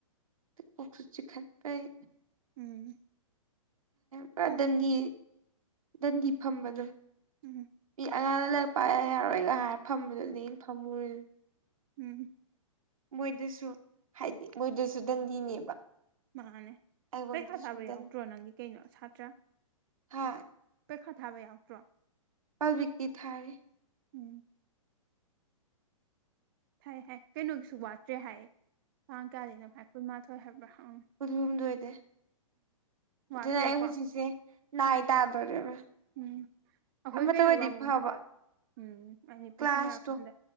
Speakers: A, on the right; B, on the right.
A: ꯎꯝ ꯀ ꯆꯤꯈꯥꯄꯩ
B: ꯎꯝ
A: ꯄꯨꯔꯥ
B: ꯑꯣ
A: ꯗꯟꯗꯤ ꯗꯟꯗꯤ ꯐꯝꯕꯅ
B: ꯎꯝ
A: ꯑꯉꯥꯡꯅ ꯂꯔꯤꯛ ꯄ ꯌꯥꯔꯣꯏꯒ ꯍꯥꯏꯔ ꯐꯝꯕꯗꯨꯅꯦ ꯑꯩꯅ ꯐꯝꯃꯨꯨꯔ
B: ꯎꯝ
A: ꯃꯣꯏꯗꯁꯨ ꯍꯥꯏꯗꯤ ꯃꯣꯏꯗꯁꯨ ꯗꯟꯗꯤꯅꯦꯕ
B: ꯃꯥꯅꯦ
A: ꯑꯩꯉꯣꯟꯗꯁꯨ
B: ꯄꯩꯈꯥ ꯊꯥꯕ
A: ꯗꯟꯗꯤ
B: ꯌꯥꯎꯗ꯭ꯔꯣ ꯅꯪꯒꯤ ꯀꯩꯅꯣ ꯁꯥꯇ꯭ꯔ
A: ꯍꯥ
B: ꯄꯩ ꯈꯥ ꯊꯥꯕ ꯌꯥꯎꯛꯇ꯭ꯔꯣ
A: ꯄꯜꯕꯤꯀꯤ ꯊꯥꯔꯦ
B: ꯎꯝ ꯍꯥꯏꯥꯏ ꯍꯥꯏ ꯀꯩꯅꯣꯒꯤꯁꯨ ꯋꯥꯠꯇ꯭ꯔꯦ ꯍꯥꯏꯌꯦ ꯇꯥꯡ ꯀꯌꯥꯗꯤꯅꯚꯥꯏ ꯀꯨꯟꯃꯥꯊꯣꯏ ꯍꯥꯏꯕ꯭ꯔꯥꯪ
A: ꯀꯨꯟ ꯍꯨꯝꯗꯣꯏꯗ
B: ꯋꯥꯠꯇ꯭ꯔꯦꯀꯣ
A: ꯑꯗꯨꯅ ꯑꯩ ꯍꯧꯖꯤꯛꯁꯦ ꯅꯥꯏ ꯇꯥꯗꯣꯔꯦꯕ
B: ꯎꯝ ꯑꯩꯈꯣꯏ
A: ꯑꯃꯇ
B: ꯀꯩꯅꯣꯒ
A: ꯑꯣꯏꯗꯤ
B: ꯑꯃꯨꯛ
A: ꯐꯕ
B: ꯎꯝ ꯑꯅꯤ ꯄꯨꯟꯁꯤꯟꯅꯔꯀꯥꯟꯗ
A: ꯀ꯭ꯂꯥꯁꯇꯣ